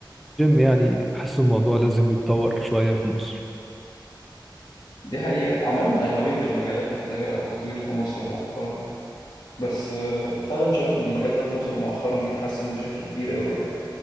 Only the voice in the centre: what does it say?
يعني احس الموضوع لازم يتطور شوية في مصر